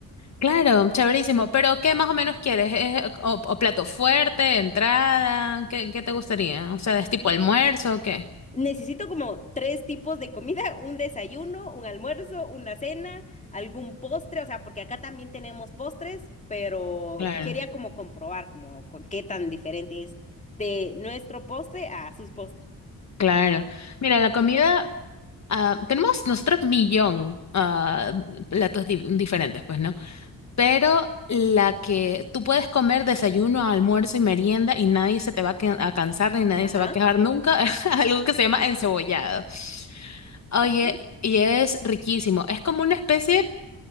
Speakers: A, on the left; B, on the left.
A: Claro, chéverísimo. Pero, ¿qué más o menos quieres? ¿Es, o, o plato fuerte, entrada? ¿Qué, qué te gustaría? O sea, ¿es tipo almuerzo o qué?
B: Necesito como tres tipos de comida, un desayuno, un almuerzo, una cena, algún postre, o sea, porque acá también tenemos postres, pero
A: Claro,
B: quería como comprobar como cu- qué tan diferente es de nuestro postre a sus postres.
A: claro. Mira, la comida, ah, tenemos nosotros millón ah, platos di- diferentes, pues, ¿no? Pero la que tú puedes comer desayuno, almuerzo y merienda y nadie se te va a, que- a cansar ni nadie
B: Ajá,
A: se va a quejar nunca, <laughs> es algo que se llama encebollado. Oye,
B: ok.
A: y es riquísimo. Es como una especie